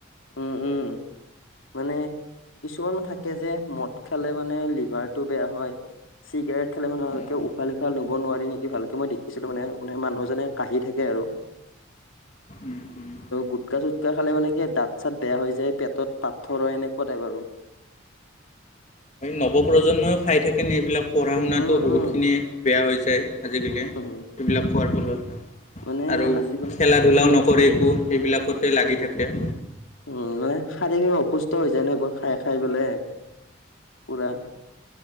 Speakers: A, on the left (about 75°); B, on the left (about 35°).
A: উম উম মানে কিছুমানো থাকে যে মদ খালে মানে লিভাৰটো বেয়া হয় চিগাৰেট খে মানে উশাহ
B: উম,
A: নিশাহ লব নোৱাৰি নেকি ভালকে মই দেখিছিলো মানে মানুহজনে কাঁহি থাকে আৰু
B: উম। উম।
A: গুটকা চুটকা খালে মানে কি দাঁত ছাত বেয়া হৈ যায় পেটত পাথৰ হয় এনেকুৱাতোই বাৰু
B: নৱপ্ৰজন্মইও খাই থাকেনে এইবিলাক পঢ়া শুনাাতটো
A: উম
B: বহুতখিনি
A: উম
B: বেয়া হৈ যায় আজিকালি এইবিলাক
A: উম
B: খোৱাৰ ফলত
A: মানে
B: আৰু
A: আজিকালি
B: খেলা ধূলাও
A: আজিকালি
B: নকৰে
A: উম
B: একো সেইবিলাকতে লাগি থাকে
A: উম নে শাৰীৰিক অসুস্থ হৈ যায় ন এইবোৰ খাই খাই বোলে পুৰা